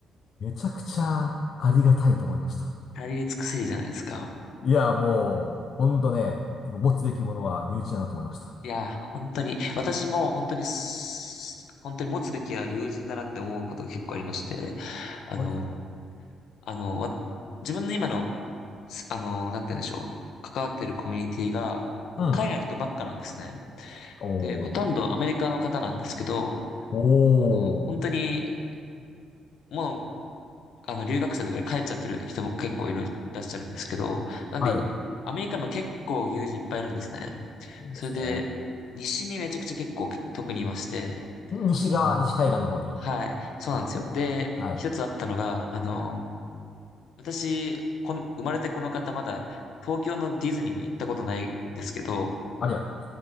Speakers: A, on the left; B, on the left.
A: めちゃくちゃありがたいと思いました。
B: 至れり尽くせりじゃないですか。
A: いや、もう、ほんとね、やっぱ持つべきものは身内だなと思いました。
B: いや、本当に、私も本当にす、本当に持つべきは友人だなって思うことが結構ありまして、あの、
A: そうですよね。
B: あの、わ自分の今の、すあの、なんて言うんでしょう。関わってるコミュニティが、もう海外の人ばっかなんですね。
A: うん。お
B: で、ほとんどアメリカの方なんですけど、
A: ー。お
B: あの、本当に、
A: ー。
B: もう、あの、留学生とかで帰っちゃってる人も結構いる、いらっしゃるんですけど、なんで、
A: はい。
B: アメリカにも結構友人いっぱいいるんですね。
A: いいですね。
B: それで、西にめちゃくちゃ結構特にいまして、
A: 西側、
B: あの、
A: 西海岸の方に。
B: はい、そうなんですよ。
A: あ、そうですよね。
B: で、
A: はい。
B: 一つあったのが、あの、私、こん、生まれてこの方まだ東京のディズニーも行ったことないんですけど、
A: ありゃ。